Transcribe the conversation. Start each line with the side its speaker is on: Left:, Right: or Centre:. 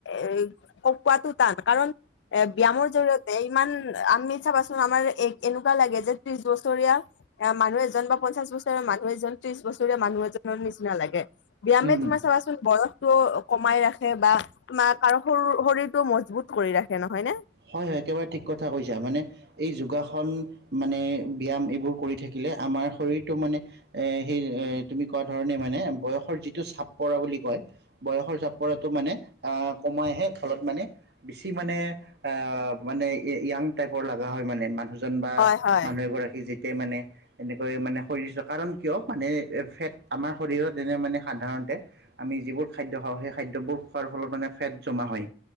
Left: এই কোৱাটো টান কাৰণ। এ ব্যায়ামৰ জৰিয়তে ইমান আমি চাপ আছো। আমাৰ এ এনেকুৱা লাগে যে ত্ৰিশ বছৰীয়া। আহ মানুহ এজন বা পঞ্চাশ বছৰে মানুহ এজন ত্ৰিশ বছৰে মানুহ এজনৰ নিচিনা লাগে। ব্যায়ামে
Right: উম, উম।
Left: তোমাৰ চাবাচোন বয়সটো কমাই ৰাখে বা তোমাৰ কাৰু আৰু শৰীৰতটো মজবুত। কৰি ৰাখে নহয় নে?
Right: হয় হয় একেবাৰে ঠিক কথা কৈছা মানে- এই যোগাসন মানে ব্যায়াম এইবোৰ কৰি থাকিলে আমাৰ শৰীৰটো মানে- এ সেই এ তুমি কোৱা ধৰণে মানে বয়সৰ যিটো চাপ পৰা বুলি কয়। বয়সৰ চাপ পৰাটো মানে আহ কমাইহে ফলত মানে বেছি মানে- অ মানে য়াং টাইপৰ লগা হয় মানে মানুহজন বা
Left: হয় হয়
Right: মানুহ এগৰাকী যি- তে মানে- এনেকৈ মানে শৰীৰ কাৰণ কিয় মানে ফেট আমাৰ শৰীৰত তেনে মানে সাধাৰণতে। আমি যিবোৰ খাদ্য খাওঁ সেই খাদ্যবোৰ খোৱাৰ ফলত মানে ফেট জমা হয়